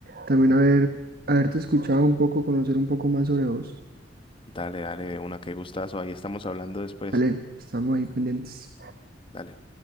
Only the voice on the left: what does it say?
Dale, dale, de una que gustazo. Ahí estamos hablando después.
Dale.